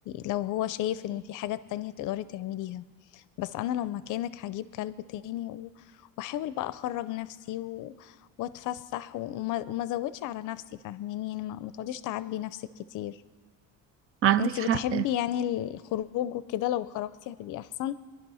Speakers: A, on the left; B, on the right.
A: لو هو شايف ان في حاجات تانية تقدري تعمليها بس انا لو مكانك هجيب كلب تاني و- واحاول بقى اخرج نفسي و... واتفسح و- وما وما ازودش على نفسي فاهميني يعني ما ما تقعديش تعبي نفسك كتير
B: عندك
A: انتي
B: حق
A: بتحبي
B: اه
A: يعني الخروج وكده لو خرجتي هتبقي احسن